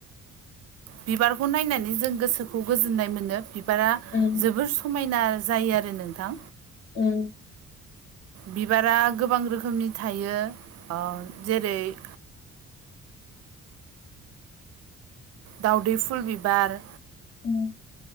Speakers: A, on the right; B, on the left.
A: बिबारखौ नायनानै जों गोसोखौ गोजोननाय मोनो बिब बारा
B: उम
A: जोबोर समायना जायो आरो नोंथां
B: ओम
A: बिबारा गोबां रोखोमनि थायो अह जेरै <inaudible> दावदै फुल बिबार
B: ओम